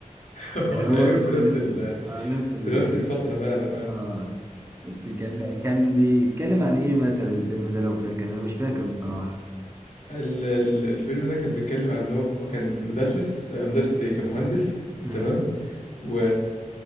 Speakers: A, on the right; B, on the left.
A: يعني
B: <laughs> هو تقريبا
A: هو هو
B: في نفس
A: نفس
B: ال
A: ال... آه نفس ال...
B: في نفس الفتره فعلا أنا
A: آه بس كان كان بيتكلم عن إيه مثلا الفيلم ده لو فاكر أنا مش فاكر بصراحة
B: ال... ال- الفيلم ده كان بيتكلم عن ان هو كان مدرس آه، مدرس ايه كان مهندس
A: مم.
B: تمام و